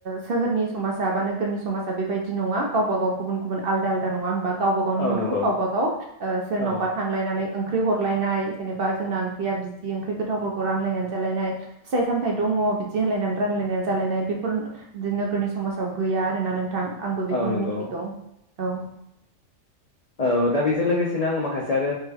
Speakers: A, on the right; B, on the left.
A: सोहोरनि समाजा बा नोगोरनि समाजा बेबायदि नङा। गावबा गाव गुबुन गुबुन आलदा आलदा नङा होनबा गावबा गावनि
B: औ
A: न'खर
B: नंगौ
A: गावबा गाव ओ सोरनावबा
B: औ
A: थांलायनानै ओंख्रि हरलायनाय जेनेबा जोंना ओंख्रिया बिदि ओंख्रि गोथावफोरखौ रानलायनानै जालायनाय फिथाइ-सामथाइ दङ बिदि होनलायनानै रानलायनानै जालायनाय बेफोर बिदि नोगोरनि समाजाव गैया आरोना नोंथां। आंबो बेखौनो
B: औ नंगौ
A: मि थिगौ औ
B: औ दा बेजों लोगोसेनो आङो माखासे आरो